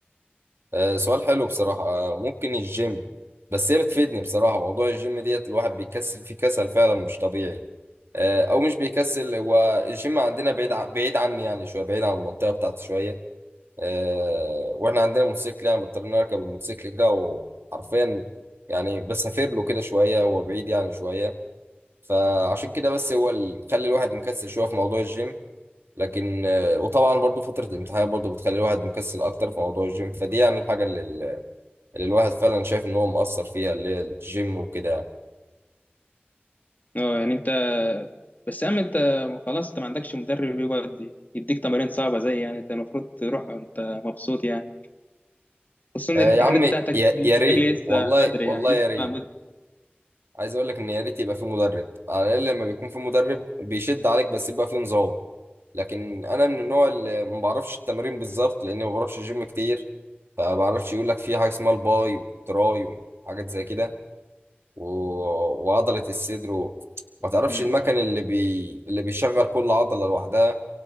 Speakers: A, on the right; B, on the left.
A: آه، سؤال حلو بصراحة آه، ممكن الجيم بس هي بتفيدني بصراحة موضوع الجيم ديت الواحد بيكسل فيه كسل فعلا مش طبيعي آه، أو مش بيكسل هو الجيم عندنا بعيد ع- بعيد عني يعني شوية بعيد عن المنطقة بتاعتي شوية آه، وإحنا عندنا موتوسيكل يعني بضطر نركب الموتوسيكل كده وحرفيا يعني بسافر له كده شوية هو بعيد يعني شوية فعشان كده بس هو اللي مخلي الواحد مكسل شوية في موضوع الجيم لكن آه، وطبعا برضو فترة الامتحانات برضو بتخلي الواحد مكسل أكتر في موضوع الجيم فدي يعني الحاجة اللي اللي الواحد فعلا شايف ان هو مقصر فيها اللي هي الجيم وكده يعني
B: أه يعني أنت بس أما أنت خلاص أنت ما عندكش مدرب يقعد يديك تمارين صعبة زي يعني أنت المفروض تروح أنت مبسوط يعني خصوصا إن
A: آه
B: الامتحانات
A: يا عم
B: بتاعتك
A: يا
B: بتجري
A: يا ريت
B: لسه
A: والله
B: بدري
A: والله
B: يعني لسه
A: يا ريت
B: بقى مدة
A: عايز اقول لك ان يا ريت يبقى في مدرب على الاقل لما بيكون في مدرب بيشد عليك بس يبقى في نظام لكن انا من النوع اللي ما بعرفش التمارين بالظبط لاني ما بعرفش جيم كتير فما بعرفش يقول لك في حاجه اسمها الباي والتراي وحاجات زي كده و... وعضله الصدر و... ما تعرفش
B: مم.
A: المكان اللي بي... اللي بيشغل كل عضله لوحدها